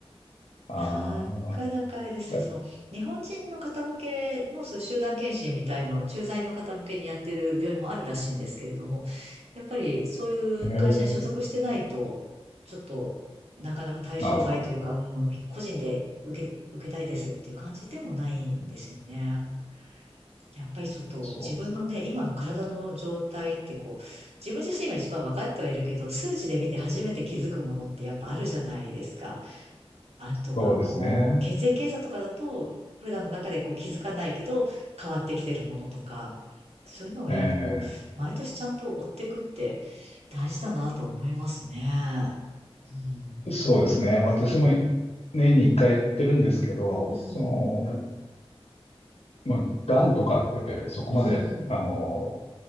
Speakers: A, on the left; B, on the right.
A: あ
B: なかなかあれですね、
A: あ。え
B: その、日本人の方向けのそういう集団検診みたいのを駐在の方向けにやってる病院もあるらしいんですけれども、やっぱりそういう会社に所属してないと、
A: ー、
B: ちょっとなかなか対象外というか、
A: ああ、
B: うん、個人で受け、受けたいですっていう感じでもないんですよね。やっぱりちょっと自分のね、
A: そうですか。
B: 今の体の状態ってこう、自分自身が一番分かってはいるけど、数値で見て初めて気づくものってやっぱあるじゃないですか。あとは、
A: そうですね。
B: こう、血液検査とかだと、普段の中でこう気づかないけど、変わってきてるものとか、そういうのをやっぱこう、
A: え
B: 毎年ちゃんと追っていくって大事だなとは思いますね。うん。
A: え、そうですね。私も年に一回やってるんですけど、
B: うん。
A: その、まあ、がんとかってそこまで、
B: うん。
A: あの、